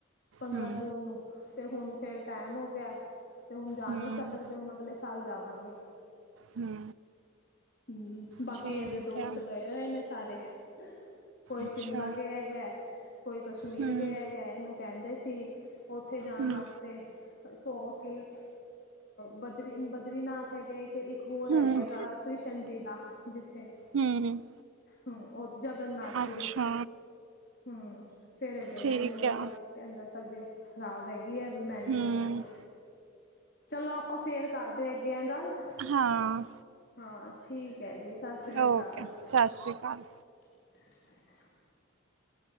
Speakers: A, on the left; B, on the right.
A: ਪੰਦਰਾਂ
B: ਹੂੰ
A: ਜੂਨ ਨੂੰ ਤੇ ਹੁਣ ਫਿਰ ਟਾਈਮ ਹੋ ਗਿਆ ਤੇ ਹੁਣ ਜਾ
B: ਹੂੰ
A: ਨਹੀਂ ਸਕਦੇ, ਹੁਣ ਅਗਲੇ ਸਾਲ ਜਾਵਾਂਗੇ।
B: ਹੂੰ,
A: ਹੂੰ, ਬਾਕੀ
B: ਠੀਕ
A: ਇਹਦੇ ਦੋਸਤ
B: ਹੈ
A: ਗਏ ਹੋਏ ਨੇ ਸਾਰੇ। ਕੋਈ ਸ਼ਿਮਲਾ
B: ਅੱਛਾ
A: ਗਿਆ ਹੈਗਾ, ਕੋਈ ਕਸ਼ਮੀਰ
B: ਹੂੰ
A: ਗਿਆ ਹੈਗਾ, ਇਹਨੂੰ ਕਹਿੰਦੇ ਸੀ ਉੱਥੇ ਜਾਣ
B: ਹੂੰ
A: ਵਾਸਤੇ ਸੌ ਕੀ ਬਦਰੀ ਬਦਰੀਨਾਥ ਹੈਗਾ ਇੱਕ, ਇੱਕ ਹੋਰ
B: ਹੂੰ
A: ਹੈਗਾ ਕਾ ਕ੍ਰਿਸ਼ਨ ਜੀ ਦਾ ਜਿੱਥੇ
B: ਹੂੰ
A: ਹੂੰ, ਉਹ ਜਗਨਨਾਥਪੁਰੀ।
B: ਅੱਛਾ
A: ਹੂੰ ਫੇਰ ਗਿਆ
B: ਠੀਕ
A: ਨੀ ਹੈਗਾ,
B: ਆ
A: ਕਹਿੰਦਾ ਤਬੀਅਤ ਖ਼ਰਾਬ ਹੈਗੀ। ਹੈਗੀ ਐ, ਵੀ ਮੈਂ ਨਹੀਂ
B: ਹੂੰ
A: ਜਾਵਾਂਗਾ। ਚਲੋ ਆਪਾਂ ਫੇਰ ਕਰਦੇ ਹੈਗੇ ਆ ਗੱਲ।
B: ਹਾਂ
A: ਹਾਂ ਠੀਕ ਹੈ ਜੀ, ਸਸ ਰੀ
B: ਓਕੇ
A: ਕਾਲ। <unintelligible>
B: ਸਤਿ ਸ਼੍ਰੀ ਅਕਾਲ